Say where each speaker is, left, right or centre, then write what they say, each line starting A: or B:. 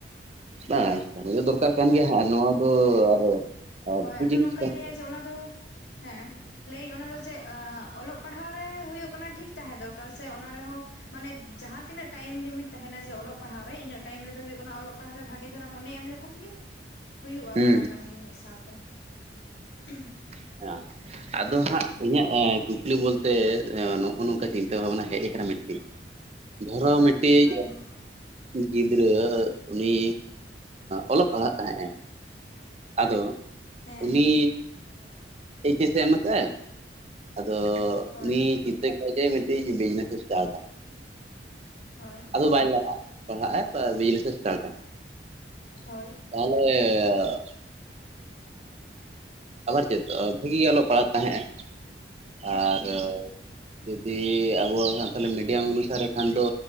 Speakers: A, on the right; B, on the left.
A: ᱵᱟᱝ ᱠᱟᱹᱢᱤ ᱫᱚᱨᱠᱟᱨ ᱠᱟᱱ ᱜᱮᱭᱟ ᱱᱚᱣᱟ ᱫᱚ ᱟᱨᱚ
B: ᱦᱳᱭ
A: ᱵᱷᱟᱹᱜᱤ
B: ᱟᱫᱚ
A: ᱡᱤᱱᱤᱥ
B: ᱱᱚᱝᱠᱟᱧ
A: ᱠᱟᱱ
B: ᱞᱟᱹᱭᱟ
A: ᱜᱮᱭᱟ
B: ᱡᱮ ᱚᱱᱟ ᱫᱚ ᱦᱮᱸ ᱞᱟᱹᱭᱟᱹᱧ ᱚᱱᱟ ᱫᱚ ᱡᱮ ᱚᱞᱚᱜ ᱯᱟᱲᱦᱟᱣ ᱨᱮ ᱦᱩᱭᱩᱜ ᱠᱟᱱᱟ ᱴᱷᱤᱠ ᱛᱟᱦᱮᱸ ᱫᱚᱨᱠᱟᱨ ᱥᱮ ᱚᱱᱟ ᱨᱮᱦᱚᱸ ᱢᱟᱱᱮ ᱡᱟᱦᱟᱸ ᱛᱤᱱᱟᱹᱜ ᱴᱟᱭᱤᱢ ᱞᱤᱢᱤᱴ ᱛᱟᱦᱮᱱᱟ ᱡᱮ ᱚᱞᱚᱜ ᱯᱟᱲᱦᱟᱜᱨᱮ ᱤᱱᱟᱹᱜ ᱴᱟᱭᱤᱢ ᱨᱮᱫᱚ ᱦᱩᱭᱩᱜ ᱠᱟᱱᱟ ᱚᱞᱚᱜᱟᱜ ᱯᱟᱲᱦᱟᱜ ᱨᱮ ᱵᱷᱟᱹᱜᱤ ᱫᱷᱟᱨᱟ ᱢᱚᱱᱮ ᱮᱢ ᱞᱮᱠᱷᱟᱱ ᱜᱮ ᱦᱩᱭᱩᱜᱼᱟ
A: ᱦᱩᱸ
B: ᱵᱟᱱᱟᱨ ᱠᱟᱹᱢᱤᱜᱮ ᱢᱤᱫ ᱥᱟᱶᱛᱮ <unintelligible>
A: <unintelligible> ᱟᱫᱚ ᱦᱟᱸᱜ ᱤᱧᱟᱹᱜ ᱠᱩᱠᱞᱤ ᱵᱚᱞᱛᱮ ᱱᱚᱜᱼᱚ ᱱᱚᱝᱠᱟ ᱪᱤᱱᱛᱟᱹ ᱵᱷᱟᱵᱱᱟ ᱦᱮᱡ ᱟᱠᱟᱱᱟ ᱢᱤᱫᱴᱤᱡ
B: <unintelligible>
A: ᱫᱷᱚᱨᱟᱣ
B: ᱦᱳᱭ
A: ᱢᱤᱫᱴᱤᱡ
B: ᱦᱮᱸ ᱢᱟ ᱞᱟᱹᱭ
A: ᱜᱤᱫᱽᱨᱟᱹ ᱩᱱᱤ ᱚᱞᱚᱜ ᱯᱟᱲᱦᱟᱜ ᱛᱟᱦᱮᱸᱜ ᱮ ᱟᱫᱚ
B: ᱦᱮᱸ
A: ᱩᱱᱤ
B: ᱦᱮᱸ
A: ᱮᱭᱤᱪ ᱮᱥ ᱮ ᱮᱢ-ᱟ ᱥᱮ ᱟᱫᱚ
B: ᱦᱳᱭ
A: ᱩᱱᱤ ᱪᱤᱱᱛᱟᱹ ᱠᱮᱫᱟᱭ ᱡᱮ ᱢᱤᱫᱴᱤᱡ ᱵᱤᱡᱽᱱᱮᱥ ᱮ ᱥᱴᱟᱨᱴᱟ
B: ᱦᱳᱭ
A: ᱟᱫᱚ ᱵᱟᱭ ᱞᱟᱦᱟᱜ-ᱟ ᱯᱟᱲᱦᱟᱜ <unintelligible> ᱰᱤᱡᱽᱱᱮᱥ ᱮ ᱮᱥᱴᱟᱴᱼᱟ
B: ᱦᱳᱭ
A: ᱛᱟᱦᱚᱞᱮ ᱟᱵᱟᱨ ᱪᱮᱫ ᱵᱷᱟᱹᱜᱤ ᱜᱮ ᱚᱞᱚᱜ ᱯᱟᱲᱦᱟᱜ ᱛᱟᱦᱮᱸᱜ ᱮ
B: ᱦᱮᱸ
A: ᱟᱨ
B: ᱦᱮᱸ
A: ᱡᱩᱫᱤ ᱟᱵᱚ ᱥᱟᱱᱛᱟᱞᱤ ᱢᱤᱰᱤᱭᱟᱢ ᱚᱱᱩᱥᱟᱨ ᱠᱷᱟᱱ ᱫᱚ